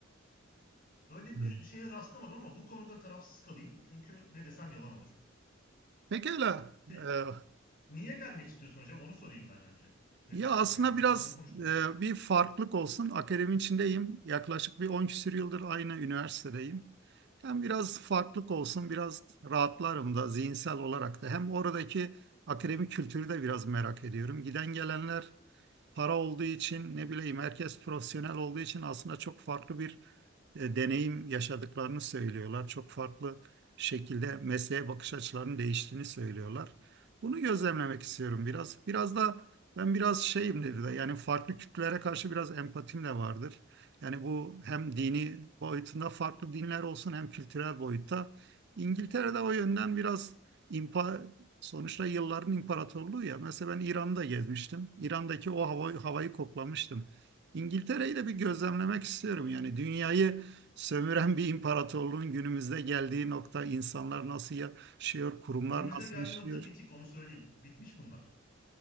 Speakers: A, on the left; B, on the right.
A: Öyle
B: Hmm.
A: bir şeye rastlamadım ama bu konuda tarafsız kalayım. Çünkü ne desem yalan olur.
B: Pekala.
A: Pe-
B: Ee,
A: niye gelmek istiyorsun hocam? Onu sorayım ben önce. Hep,
B: ya aslında
A: yani hep
B: biraz
A: onu konuşmadık.
B: e, bir farklılık olsun. Akademinin içindeyim. Yaklaşık bir 10 küsur yıldır aynı üniversitedeyim. Hem biraz farklılık olsun, biraz rahatlarım da zihinsel olarak da. Hem oradaki akademik kültürü de biraz merak ediyorum. Giden gelenler para olduğu için ne bileyim herkes profesyonel olduğu için aslında çok farklı bir e, deneyim yaşadıklarını söylüyorlar. Çok farklı şekilde mesleğe bakış açılarının değiştiğini söylüyorlar. Bunu gözlemlemek istiyorum biraz. Biraz da ben biraz şeyim dedi de yani farklı kültürlere karşı biraz empatim de vardır. Yani bu hem dini boyutunda farklı dinler olsun hem kültürel boyutta. İngiltere'de o yönden biraz impa Sonuçta yılların imparatorluğu ya. Mesela ben İran'da gezmiştim. İran'daki o hava, havayı koklamıştım. İngiltere'yi de bir gözlemlemek istiyorum. Yani dünyayı sömüren bir imparatorluğun günümüzde geldiği nokta insanlar nasıl yaşıyor, kurumlar
A: Günümüzde
B: nasıl
A: geldiği
B: işliyor.
A: nokta bitik onu söyleyeyim. Bitmiş bunlar.